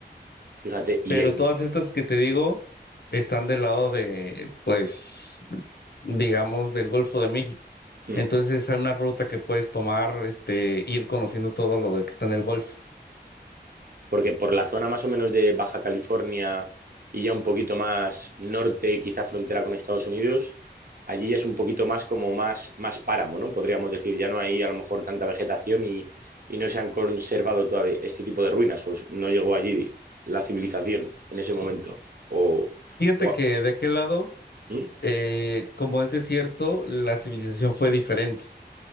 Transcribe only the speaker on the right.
Fíjate, y
el...
hmm.
porque por la zona más o menos de Baja California y ya un poquito más norte, quizá frontera con Estados Unidos, allí ya es un poquito más como más, más páramo, ¿no? Podríamos decir, ya no hay a lo mejor tanta vegetación y, y no se han conservado todavía este tipo de ruinas, o no llegó allí la civilización en ese momento, o...
o
¿hmm?